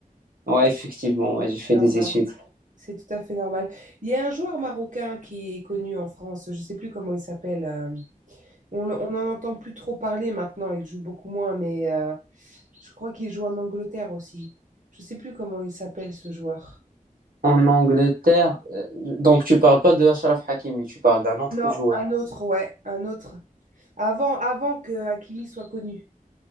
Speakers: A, on the right; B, on the right.
A: Ouais, effectivement, ouais, j'ai fait
B: Normal.
A: des études.
B: C'est tout à fait normal. Il y a un joueur marocain qui est connu en France, je sais plus comment il s'appelle. euh, On n'en entend plus trop parler maintenant, il joue beaucoup moins, mais euh, je crois qu'il joue en Angleterre aussi. Je sais plus comment il s'appelle ce joueur.
A: En Angleterre, euh, donc tu parles pas de Achraf Hakimi, tu parles d'un autre
B: Non,
A: joueur.
B: un autre, ouais, un autre. Avant, avant que Hakimi soit connu,